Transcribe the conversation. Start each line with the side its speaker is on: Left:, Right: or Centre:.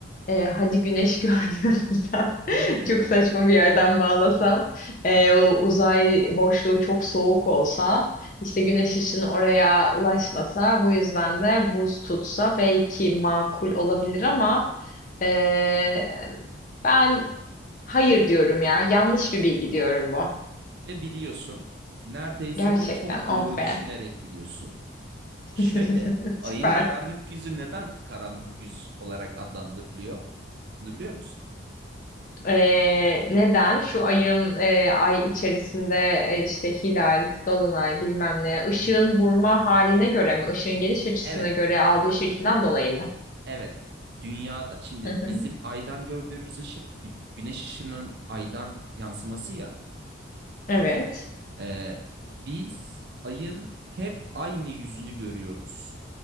Left: eee, hadi
Right: Hı hı.
Left: güneş <laughs> görünüyor desem
Right: <laughs>
Left: çok saçma bir yerden bağlasam eee, o uzay boşluğu çok soğuk olsa işte güneş ışını oraya ulaşmasa bu yüzden de buz tutsa belki makul olabilir ama eee, ben hayır diyorum ya yanlış bir bilgi diyorum bu.
Right: Ve biliyorsun, neredeyse
Left: Gerçekten
Right: de çok doğru
Left: oh be.
Right: düşünerek biliyorsun.
Left: <laughs>
Right: Şöyle,
Left: Süper.
Right: ayın karanlık yüzü neden karanlık yüz olarak adlandırılıyor? Bunu biliyor musun?
Left: Ee, neden? Şu ayın e, ay içerisinde e, işte hilal, dolunay bilmem ne ışığın
Right: Hı hı.
Left: vurma haline göre mi? Işığın geliş açısına
Right: Evet.
Left: göre aldığı şekilden dolayı mı?
Right: Evet. Dünyada şimdi
Left: Hı hı.
Right: bizim aydan gördüğümüz ışık gü- güneş ışının aydan yansıması ya.
Left: Evet.
Right: Ee, biz ayın hep aynı yüzünü görüyoruz.